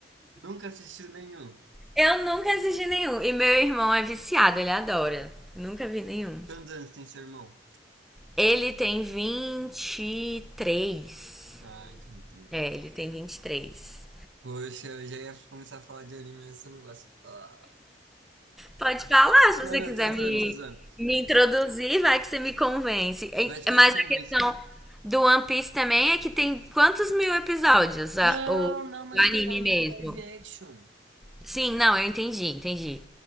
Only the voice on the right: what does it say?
Nunca assistiu nenhum.
Quantos anos tem seu irmão?
Ah, entendi.
Poxa, eu já ia começar a falar de anime, mas você não gosta. Ah,
Não,
não,
tô zoando,
tô zoando.
Vai que
eu te convenço.
Não,
não, mas
eu tô falando
do live action.